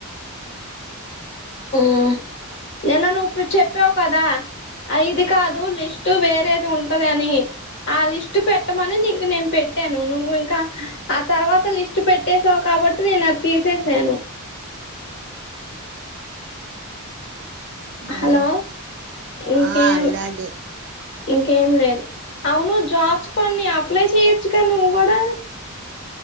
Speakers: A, on the left; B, on the right.
A: ఉమ్ నిన్న నువ్వు చెప్పావు కదా అయిది కాదు లిస్ట్ వేరేది ఉంటది అని ఆ లిస్ట్ పెట్టమని నీకు నేను పెట్టాను నువ్వు ఇంకా ఆ తర్వాత లిస్ట్ పెట్టేసావు కాబట్టి నేను అది తీసేసాను
B: మ్మ్
A: హలో ఇంకే
B: ఆ అలాగే
A: ఉమ్ ఇంకేం లేదు అవును జాబ్స్ పడ్నాయ్ అప్లై చెయచ్చు గా నువ్వు కూడా